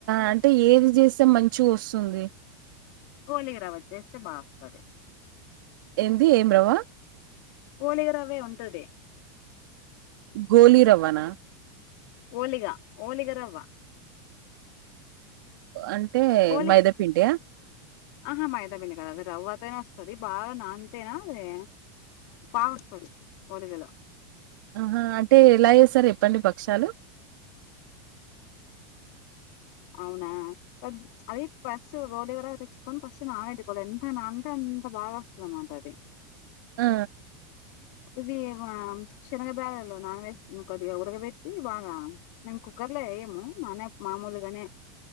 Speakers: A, on the right; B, on the left.
A: అంటే ఏది చేస్తే మంచి వస్తుంది
B: ఓలిగా రవ్వ చేస్తే బాగుంటది
A: ఏంది ఏం రవ్వ
B: ఓలిగా రవ్వే ఉంటది
A: గోలిరవ్వనా
B: ఓలిగా ఓలిగ రవ్వ
A: అంటే
B: ఓలి
A: మైదా పిండి
B: ఆహా మైదాబిండి కదా అది రవ్వతోనే వస్తది బాగా నాంతేనా అదే బాగ వస్తది ఓలిగలు
A: ఆహ అంటే ఎలా చేస్తారు ఎప్పండి పక్షాలు
B: అవునా అది ఫస్ట్ ఓలిగరవ్వ తెచ్చుకొని ఫస్ట్ నానపెట్టుకోవాలి ఎంత నానితే అ అంత బాగ వస్తద అన్నమాట అది
A: ఆ
B: ఇది శనగ బ్యాల్లు నాన్ వెజ్ కొద్దిగా ఉడగబెట్టి బాగా మేనుకు కుక్కర్లో వేయము మానే మామూలుగానే